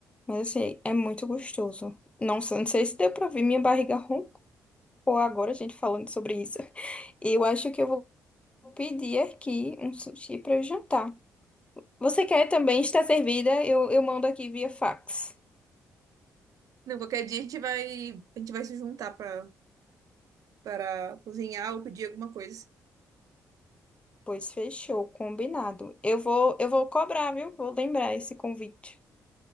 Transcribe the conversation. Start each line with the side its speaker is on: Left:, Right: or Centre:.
Left: Mas assim, é muito gostoso. Não, sei- não sei se deu pra ver, minha barriga roncou agora, a gente falando sobre isso. Eu acho que eu vou pedir aqui um sushi pra eu jantar. Você quer também estar servida? Eu, eu mando aqui via fax.
Right: Não, qualquer dia a gente vai, a gente vai se juntar para para cozinhar ou pedir alguma coisa.
Left: Pois fechou, combinado. Eu vou, eu vou cobrar, viu? Vou lembrar esse convite.